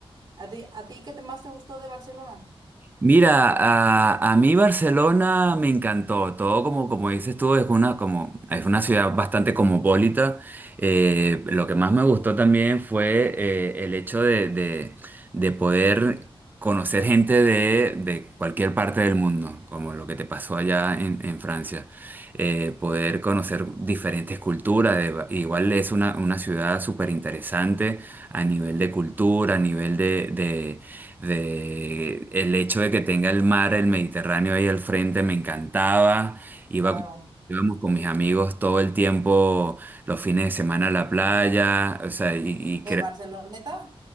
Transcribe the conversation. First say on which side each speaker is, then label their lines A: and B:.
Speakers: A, on the right; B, on the right.
A: ¿A ti, a ti qué te más te gustó de Barcelona?
B: Mira, a, a mí Barcelona me encantó, todo como, como dices tú, es una, como, es una ciudad bastante cosmopolita. Eh, lo que más me gustó también fue eh, el hecho de, de- de poder conocer gente de, de cualquier parte del mundo, como lo que te pasó allá en, en Francia eh, poder conocer diferentes culturas. de- igual es una, una ciudad súper interesante a nivel de cultura, a nivel de, de, de- el hecho de que tenga el mar, el Mediterráneo ahí al frente, me encantaba. Iba,
A: Claro.
B: íbamos con mis amigos todo el tiempo, los fines de semana a la playa, o sea, y, y creo
A: ¿Eh, Barceloneta?